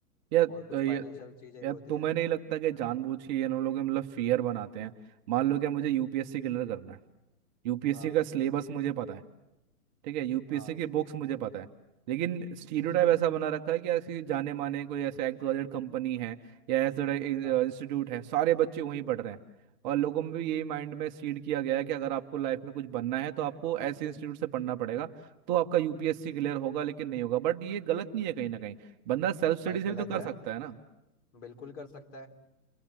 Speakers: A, on the right; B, on the left.
A: या तो
B: और कुछ फाइनेंशियल
A: ये
B: चीज़ें
A: या
B: भी होती
A: तुम्हें
B: है
A: नहीं लगता कि जानबूझ के ये इन लोग मतलब फियर बनाते हैं मान लो कि मुझे यूपीएससी क्लियर करना है यूपीएससी
B: हाँ
A: का सिलेबस मुझे पता है ठीक है यूपीएससी
B: हाँ
A: की बुक्स मुझे पता है लेकिन स्टीरियोटाइप
B: ठीक है
A: ऐसा बना रखा है कि ऐसी जाने माने कोई ऐसे एक्सवाइजेड कंपनी है या ऐसा
B: हाँ
A: इंस्टीट्यूट है सारे बच्चे वहीं पढ़ रहे हैं और लोगों में भी यही माइंड में सीड किया गया है कि अगर आपको लाइफ में कुछ बनना है तो आपको ऐसे इंस्टीट्यूट से पढ़ना पड़ेगा तो आपका यूपीएससी क्लियर होगा लेकिन नहीं होगा बट ये गलत नहीं है कहीं ना कहीं बंदा सेल्फ स्टडी
B: भाई
A: से भी
B: गलत
A: तो कर
B: है
A: सकता है ना
B: बिल्कुल कर सकता है